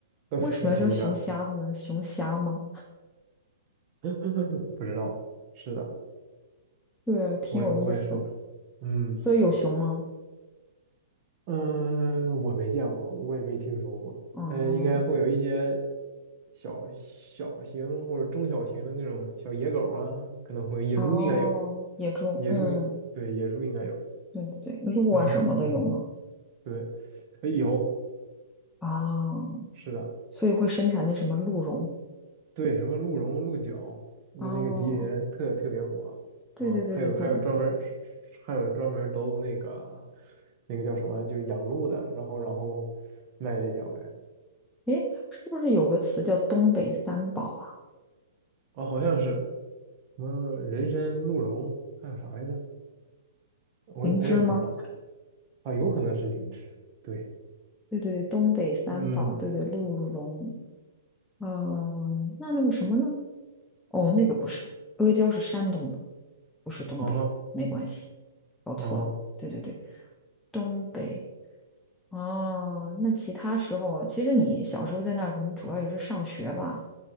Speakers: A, on the right; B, in the centre.
A: 东北叫熊瞎，
B: 为什么要叫熊瞎子呢？熊瞎吗？
A: <laughs> 不知道，是的，
B: 对，挺有意思。
A: 我也我也说不了，嗯。
B: 所以有熊吗？
A: 嗯，我没见过，我也没听说过，
B: 哦
A: 但是应该会有一些小小型或者中小型的那种小野狗啊，可能会有野猪应该有，
B: 哦，野猪，
A: 野猪也对野猪应该有，
B: 嗯，对对对，鹿啊什么的有吗？
A: 嗯嗯嗯，对，哎有，
B: 哦，
A: 是的，
B: 所以会生产那什么鹿茸。
A: 对，什么鹿茸、鹿角，
B: 哦，
A: 在那个吉林特特别火，
B: 对对对对对，
A: 嗯，还有还有专门儿是是还有专门儿都那个那个叫什么，就养鹿的，然后然后卖这些玩意儿，
B: 诶，是不是有个词叫东北三宝啊？
A: 哦，好像是，什么人参、鹿茸，还有啥来着？我也我也不知道
B: 灵芝吗？
A: 啊，有可能是灵芝。对，
B: 对对对，东北三宝，
A: 嗯，
B: 对对，鹿茸，嗯、那那个什么呢？哦，那个不是，阿胶是山东的，不是东北的，
A: 嗯哼，
B: 没关系，搞错了。
A: 嗯哼，
B: 对对对，东北啊，那其他时候，其实你小时候在那儿，可能主要也是上学吧，